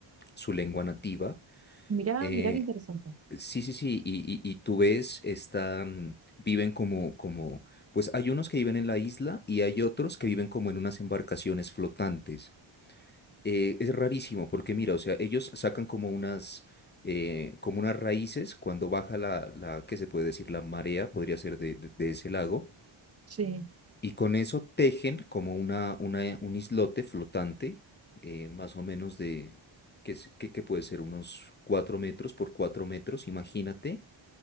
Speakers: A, on the left; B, on the right.
A: su lengua nativa.
B: mirá,
A: Eh,
B: mirá qué interesante.
A: sí, sí, sí, y, y- y tú ves, esta, mm, viven como, como, pues hay unos que viven en la isla y hay otros que viven como en unas embarcaciones flotantes. Eh, es rarísimo porque, mira, o sea, ellos sacan como unas, eh, como unas raíces cuando baja la, la, ¿qué se puede decir? La marea, podría ser de de- de ese lago
B: Sí,
A: Y con eso tejen como una, una- un islote flotante, eh, más o menos de, que, es- que, que puede ser unos 4 metros por 4 metros, imagínate.